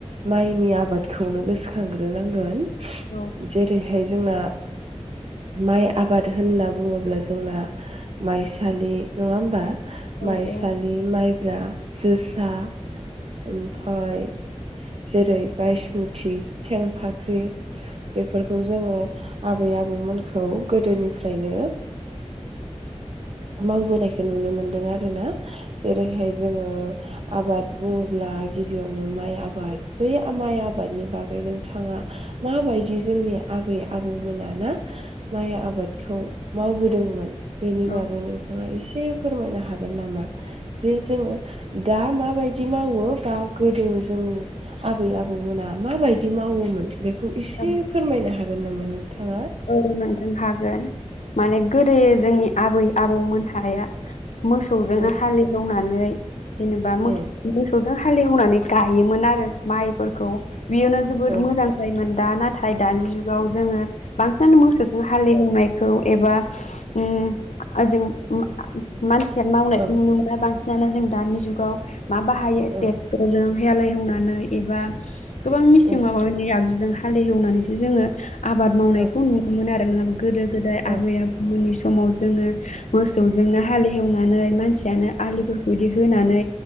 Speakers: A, on the right (about 55°); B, on the left (about 80°).
A: माइनि आबादखौ खौनो गोसोखांग्रोनांगोन
B: औ औ
A: जेरै बेहाय जोंना माइ आबाद होनना बुङोब्ला जोंना माइसालि नङा होमबा?
B: औ
A: माइसालि
B: औ
A: माइब्रा जोसा ओमफ्राय जेरै बायसमुथि थेंफाख्रि बेफोरखौ जोङो आबै आबौमोनखौ गोदोनिफ्रायनो मावबोनायखौ नुनो मोनदों आरो। ना जेरैहाय जोङो आबाद बुङोब्ला गिबियावनो माइ आबाद बै माइ आबादनि बागै बेनो थाङा माबायदि जोंनिया आबै आबौमोना ना माइ आबादखौ मावबोदोंमोन बेनि
B: औ
A: बागै नोंथाङा एसे एसे फोरमायनो हागोन नामा? जे जोङो दा माबायदि मावो बा गोदो जोंनि आबै आबौमोना माबायदि मावोमोन? बेखौ इसे
B: औ
A: फोरमायनो हागोन। गोन नोंथाङा? नामा
B: औ नोंथां हागोन माने गोदो जोंनि आबै आबौमोन हाया मोसौजोंनो
A: औ
B: हालेवनानै नै जेनेबा मो
A: औ
B: जों हालेवनानै गायोमोन आरो माइफोरखौ बेयावनो जोबोर
A: औ
B: मोजां जायोमोन दा नाथाय दानि जुगाव जोङो बांसिनानो मोसौजों हालिएवनाय खौ एबा ओम <unintelligible> मानसिया मावनायखौ
A: औ
B: नुनो मोना बांसिन नानो जों दानि जुगाव मा बाहायो
A: औ
B: टेक्टरजों हालेव एवनानै एबा गोबां मिसिं
A: औ
B: माबा माबि आगजुजों हालेवनानैसो जोङो आबाद मावनायखौ
A: औ
B: खौ नुनो मोन आरो नोङाबा गोदो गोदाय आबै
A: ओ
B: आबौमोननि समाव जोङो मोसौजोंनो हालेवनानै मानसियानो आलिफोरखौ इदि होनानै